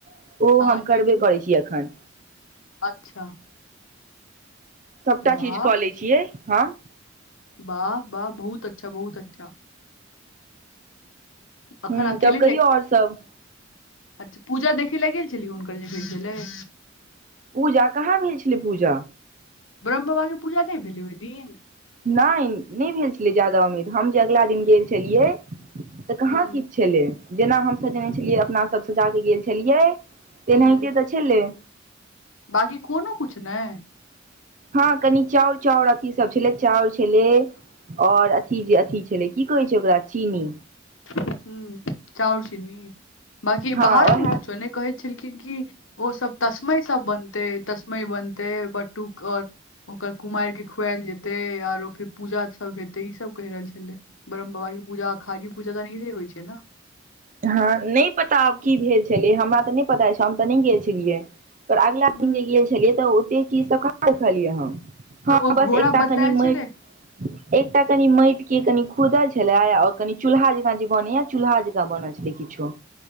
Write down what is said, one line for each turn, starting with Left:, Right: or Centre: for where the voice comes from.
Right: ओ
Left: हँ
Right: हम
Left: नीपु
Right: करबे करै छियै एखन
Left: अच्छा
Right: सभटा
Left: वाह
Right: चीज क लै छियै हम
Left: वाह वाह बहुत अच्छा बहुत अच्छा अखन
Right: हूँ
Left: अकेले
Right: तब कहियौ
Left: जाए छिये
Right: आओर सब
Left: अच्छा पूजा देखय लए गेल छलिय हुनकर जे भेल रहय
Right: पूजा कहाँ भेल छलै पूजा
Left: ब्रह्म बाबाके पूजा नहि भेलै ओहि दिन
Right: नहि नहि भेल छलै ज्यादा उम्मीद हम जे अगला दिन गेल छलियै त कहाँ
Left: हूँ
Right: किछ छलै जेना हम सजनै छलियै अपना सभ सजा क गेल छलियै तहनायते
Left: हूँ
Right: त छलय
Left: बाकी कोनो कुछ नय
Right: हँ कनि चाउर चाउर अथी सब छलै चाउर छलै ओर अथी जे अथी छलय की कहै छै ओकरा चीनी
Left: हू चउर चीनी बाकी
Right: हँ
Left: बाहर
Right: ओएह
Left: मे कुछो ने कहै छलखिन की ओसभ तस्मै सब बनतै तस्मै बनतै बटूक ओर ओकर कुमारि के खुआएल जेते आरो फेर पूजा सब हेते ई सब कहि रहल छलय ब्रह्म बाबा के पूजा खाली पूजा तऽ हमहरे होई छै नऽ
Right: हाँ नहि पता आब की भेल छलै हमरा तऽ नहि पता हम तऽ नहि गेल छलियै फेर अगिला
Left: हम्म
Right: दिन जे गेल छलियै तऽ ओते चीच कहा देखलीए हम
Left: और
Right: हाँ
Left: ओ
Right: बस
Left: घोड़ा
Right: एकटा
Left: बदलायल
Right: खनि मैट
Left: छलै
Right: एकटा कनि माटि के कनि खुदल छल और कनी चूलहा जकांँ जे बनेया चूल्हा जकाँ बनल छल से किछो